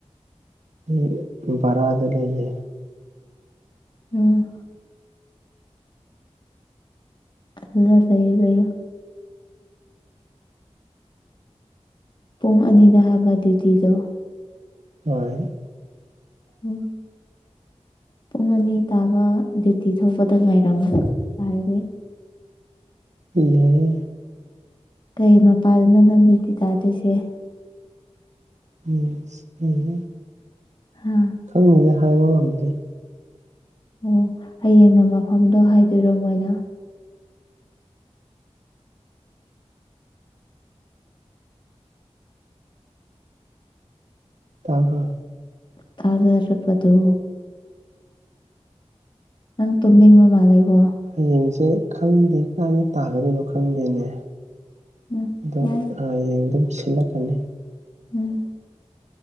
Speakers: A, on the right; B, on the left.
A: <unintelligible> ꯕꯔꯥꯗ ꯂꯩꯌꯦ
B: ꯎꯝ ꯐꯖꯅ ꯂꯩꯌꯣ ꯂꯩꯌꯣ ꯄꯨꯡ ꯑꯅꯤꯗ ꯍꯥꯏꯕ ꯗ꯭ꯌꯨꯇꯤꯗꯣ
A: ꯍꯣꯏ
B: <unintelligible> ꯄꯨꯡ ꯑꯅꯤ ꯇꯥꯕ ꯗ꯭ꯌꯨꯇꯤ ꯊꯣꯛꯄꯗ ꯉꯥꯏꯔꯝꯃꫭ <unintelligible>
A: ꯌꯥꯏꯌꯦ
B: ꯀꯩ ꯃꯄꯥꯗꯅꯣ ꯅꯪ ꯗ꯭ꯌꯨꯇꯤ ꯇꯥꯗꯣꯏꯁꯦ
A: <unintelligible>
B: ꯍꯥ
A: ꯈꯪꯗꯦꯅꯦ ꯍꯥꯏꯕ ꯉꯝꯗꯦ
B: ꯑꯣ ꯍꯌꯦꯡꯅ ꯃꯐꯝꯗꯣ ꯍꯥꯏꯗꯣꯏꯔꯣ ꯃꯣꯏꯅ
A: ꯇꯥꯕ꯭ꯔꯣ
B: ꯇꯥꯖꯔꯕꯗꯣ ꯅꯪ ꯇꯨꯝꯅꯤꯡꯕ ꯃꯥꯜꯂꯦꯀꯣ
A: ꯍꯌꯦꯡꯖꯦ ꯈꯪꯗꯦ ꯀꯥꯏꯅ ꯇꯥꯒꯗꯣꯏꯅꯣ ꯈꯪꯗꯦꯅꯦ
B: ꯎꯝ
A: ꯑꯗꯣ
B: ꯌꯥꯏ
A: ꯍꯌꯦꯡ ꯑꯗꯨꯝ ꯁꯤꯜꯂꯛꯀꯅꯤ
B: ꯎꯝ